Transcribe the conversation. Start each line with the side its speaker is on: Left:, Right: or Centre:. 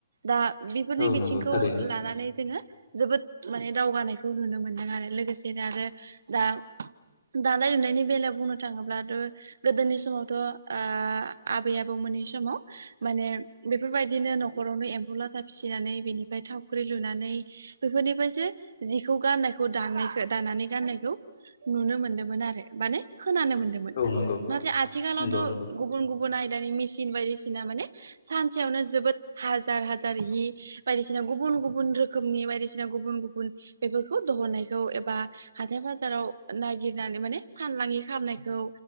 Right: दा बिफोरनि
Left: औ
Right: बिथिंखौ
Left: नंगौ थारैनो
Right: लानानै जोङो जोबोद माने दावगानायखौ नुनो मोनदों आरो लोगोसेनो आरो दा दानाय लुनायनि बेलायाव बुंनो थाङोब्लाथ' गोदोनि समावथ' ओयो आबै आबौमोननि समाव माने बेफोरबायदिनो न'खरावनो एम्फौ लाथा फिसिनानै बेनिफ्राय थावख्रि लुनानै बिफोरनिफ्रायसो जिखौ गाननायखौ दानायखौ दानानै गाननायखौ नुनो मोन्दोंमोन आरो माने खोनानो मोन दोंमोन
Left: औ नंगौ
Right: नाथाय आथिखालावथ'
Left: नंगौ नंगौ
Right: गुबुन गुबुन आयदानि मिसिन बायदिसिना माने सानसेयावनो जोबोद हाजार हाजार हि बायदिसिना गुबुन गुबुन रोखोमनि बायदिसिना गुबुन गुबुन बेफोरखौ दहननायखौ एबा हाथाय फाजाराव नागिरनानै माने फानमानि खालामनायखौ